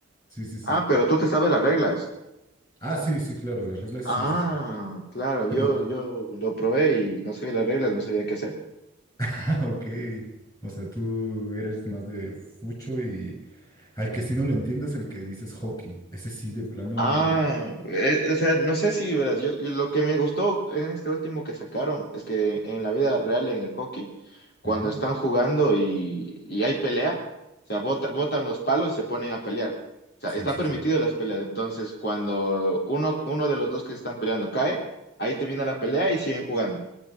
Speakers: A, on the left; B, on the left.
A: sí, sí, sí.
B: Ah, pero tú te sabes las reglas.
A: Ah, sí, sí, claro, las reglas, sí,
B: Ah,
A: sí, sí.
B: claro, yo,
A: Pero,
B: yo lo probé y no sabía las reglas, no sabía qué hacer.
A: <laughs> ah, ok. O sea, tú eres más de fucho y al que sí no le entiendes, el que dices hockey. Ese sí, de plano.
B: Ah, eh, o sea, no sé si verás, yo, yo lo que me gustó en este último que sacaron es que en la vida real, en el hockey, cuando
A: ujú,
B: están jugando y, y hay pelea, o sea, bota- botan los palos y se ponen a pelear. O sea,
A: Sí,
B: está
A: sí,
B: permitido
A: sí.
B: las peleas. Entonces, cuando uno, uno de los dos que se están peleando cae, ahí termina la pelea y siguen jugando.